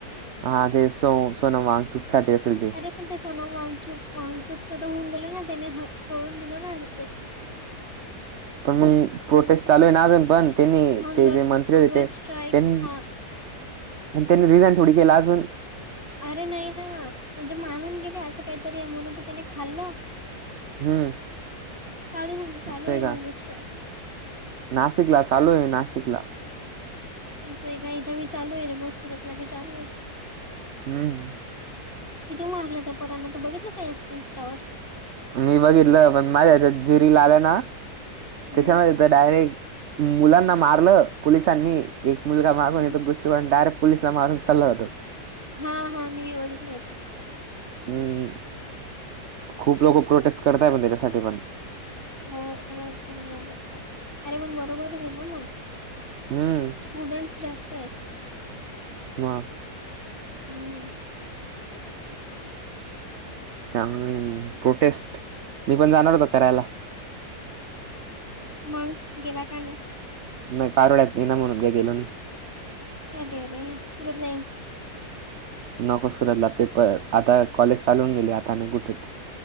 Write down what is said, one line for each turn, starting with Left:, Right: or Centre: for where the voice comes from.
Right: हा ते सो सोनम वांगचुक साठी असेल.
Left: ते पण ते सोनम वाचूक वांगचुक होऊन गेल ना, त्याने तोळून दिलं ना.
Right: पण मग प्रोटेस्ट चालू आहे ना अजून पण. त्यांनी
Left: हंगर
Right: ते जे मंत्री
Left: हंगर
Right: होते ते,
Left: स्ट्राईक
Right: तेन
Left: हा
Right: पण
Left: हं?
Right: त्यांनी रीजायन. थोडी केला अजून.
Left: अरे नाही ना म्हणजे, मानून गेले असं काहीतरी म्हणून तू त्याने खाल्लं.
Right: हम्म.
Left: चालू मंग चालू
Right: असं
Left: हे
Right: आहे का
Left: हंगर स्ट्राइक.
Right: नाशिकला चालू ये नाशिकला.
Left: आमच्या हे काय इथं भी चालू हे रे भाऊ सुरतला बी चालू ये.
Right: हम्म.
Left: किती मारलं त्या पोरांना, तू बघितलं का इ इन्स्टावर.
Right: मी बघितलं पण, माझ्याच्या झि रील आलना
Left: हम्म
Right: त्यांच्यामध्ये तर डायरेक्ट. मुलांना मारलं पोलिसांनी. एक मुलगा मागून
Left: हम्म
Right: येतो. बुची मारून डायरेक्ट पुलीस ला मारून चाल्ला जातो.
Left: हा हा मी बघितलंय ते.
Right: हम्म खूप लोकं प्रोटेस्ट करताय, पण त्यांच्यासाठी पण.
Left: <unintelligible> अरे पण बरोबरच हे ना मंग.
Right: हम्म
Left: स्टुडंट्स जास्त ये.
Right: हा.
Left: हम.
Right: चांगलं हे मंग प्रोटेस्ट, मी पण जाणार होतो करायला.
Left: मगं गेला का नाही.
Right: नाही कारोळ्यात नाही ना, म्हणून काय गेलो नाही.
Left: अरेरे <unintelligible>
Right: नको सुरतला पेपर, आता कॉलेज चालू होवून गेले आता नाही कुठेच.